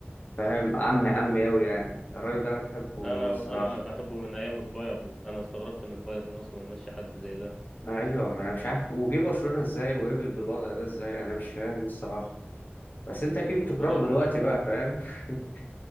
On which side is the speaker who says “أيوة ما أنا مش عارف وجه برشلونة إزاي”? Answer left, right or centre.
Left